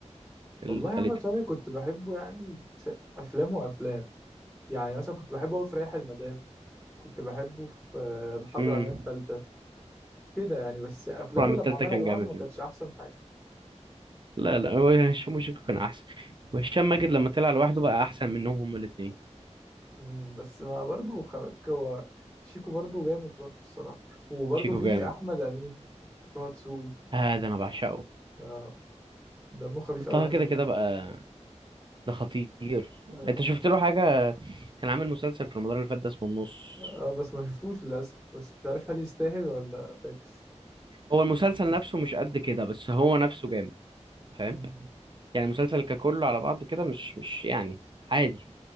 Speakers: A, on the right; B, in the centre.
A: التالتة
B: والله يا احمد فهمي كنت بحبه يعني س... افلام وافلام يعني مثلا كنت بحبه قوي في رايح المدام كنت بحبه في آه، الحرب
A: امم
B: العالميه الثالثه كده يعني بس افلامه
A: أربعة من
B: لما
A: التالتة
B: عملها
A: كان
B: لوحده
A: جامد
B: ما كانتش احسن حاجه
A: لا لا هو هشام وشيكو كان أحسن وهشام ماجد لما طلع لوحده بقى أحسن منهم هما الاتنين
B: مم، بس ما برضه خباك هو شيكو برضه جامد برضه الصراحة وبرضه
A: شيكو
B: في
A: جامد
B: أحمد أمين طه دسوقي
A: آه ده أنا بعشقه
B: آه دمه خفيف أوي
A: طه
B: أحمد
A: كده كده
B: أمين
A: بقى
B: ده
A: ده خطير
B: آه,
A: أنت شفت له حاجة كان عامل مسلسل في رمضان اللي فات ده اسمه النص
B: آه بس ما شفتوش للأسف بس مش عارف هل يستاهل ولا فاكس
A: هو المسلسل نفسه مش قد كده بس هو نفسه جامد فاهم
B: مم،
A: يعني المسلسل ككله على بعض كده مش مش يعني عادي